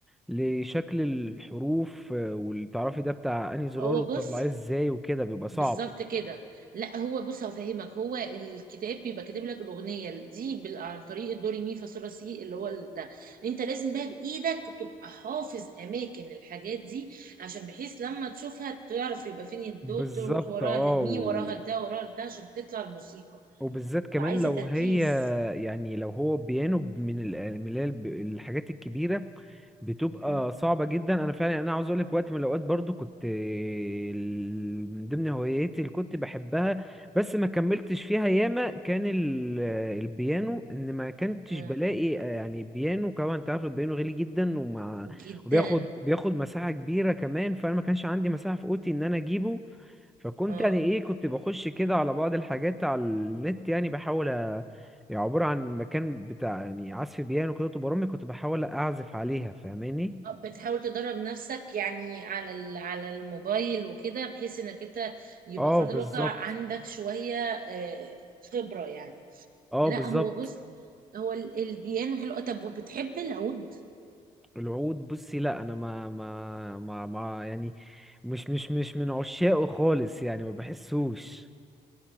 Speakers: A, in the centre; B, on the right.
A: لشكل الحروف آه، واللي تعرفي ده بتاع انهي زرار
B: هو
A: وتطلعيه
B: بص
A: ازاي وكده بيبقى صعب
B: بالظبط كده لا هو بص هفهمك هو الكتاب بيبقى كاتب لك الاغنيه دي بال- عن طريق الدوري مي فا صول سي اللي هو ال- ده انت لازم بقى بايدك تبقى حافظ اماكن الحاجات دي عشان بحيث لما تشوفها تعرف يبقى فين الدو
A: بالظبط
B: تروح وراها
A: اه
B: للمي وراها لده وراها لده عشان تطلع الموسيقى
A: وبالذات كمان
B: فعايزه
A: لو
B: تركيز
A: هي يعني لو هو بيانو من ال- من اللي هي الب- الحاجات الكبيرة بتبقى
B: امم
A: صعبة جدا انا فعلا انا عاوز اقولك وقت من الاوقات برضو كنت ال- من ضمن هواياتي اللي كنت بحبها بس ما كملتش فيها ياما كان ال- البيانو ان ما كنتش
B: اه
A: بلاقي آه، يعني بيانو كمان انت عارف البيانو غالي جدا ومع
B: جدا
A: وبياخد بياخد مساحة كبيرة كمان فانا ما كانش عندي مساحة في اوضتي ان انا اجيبه فكنت
B: اه
A: يعني ايه كنت بخش كده على بعض الحاجات على النت يعني بحاول أ... يعني عبارة عن مكان بتاع يعني عزف بيانو كده طول برامج كنت بحاول اعزف عليها فاهماني
B: آه، بتحاول تدرب نفسك يعني على ال- على الموبايل وكده بحيث انك انت يبقى
A: اه
B: فرد
A: بالظبط
B: الواقع عندك شوية آه، خبرة يعني
A: اه
B: لا
A: بالظبط
B: هو بص هو ال- البيانو حلو طب وبتحب العود
A: العود بصي لا انا ما ما ما ما يعني مش مش مش من عشاقه خالص يعني ما بحسوش